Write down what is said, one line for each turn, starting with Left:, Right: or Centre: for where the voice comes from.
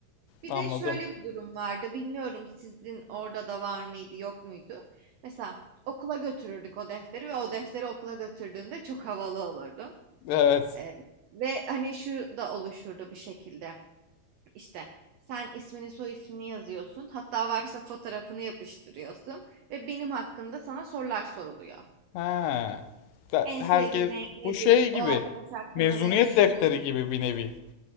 Right: Bir
Left: anladım.
Right: de şöyle bir durum vardı. Bilmiyorum sizin orada da var mıydı, yok muydu? Mesela okula götürürdük o defteri ve o defteri okula götürdüğünde çok havalı olurdun.
Left: Evet.
Right: Ee, ve hani şu da oluşurdu bir şekilde. İşte sen ismini, soy ismini yazıyorsun. Hatta varsa fotoğrafını yapıştırıyorsun ve benim hakkında sana sorular soruluyor.
Left: Ha. Da-
Right: En
Left: Herkes
Right: sevdiği renk nedir?
Left: bu şey gibi.
Right: O arkadaş hakkında
Left: Mezuniyet
Right: ne düşünüyorsun?
Left: defteri gibi bir nevi.